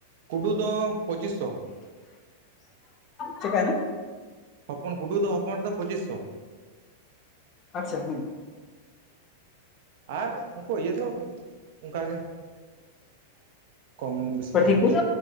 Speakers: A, on the right; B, on the left.
A: ᱠᱩᱰᱩ ᱫᱚ ᱯᱚᱸᱪᱤᱥ
B: ᱪᱮᱠᱟᱭᱱᱟ,
A: ᱦᱚᱯᱚᱱ ᱠᱩᱰᱩ ᱫᱚ ᱦᱚᱯᱚᱱ ᱨᱮᱫᱚ ᱯᱚᱸᱪᱤᱥ ᱥᱚ᱾
B: ᱟᱪᱪᱷᱟ ᱦᱩᱸ,
A: ᱟᱨ ᱩᱝᱠᱩ ᱤᱭᱟᱹ ᱫᱚ ᱚᱝᱠᱟᱜᱮ ᱾ ᱠᱚᱢ ᱵᱮᱥᱤ
B: ᱯᱟᱹᱴᱷᱤ
A: ᱫᱚ ᱦᱩᱭᱩᱜ
B: ᱠᱚ
A: ᱜᱮᱭᱟ
B: ᱚ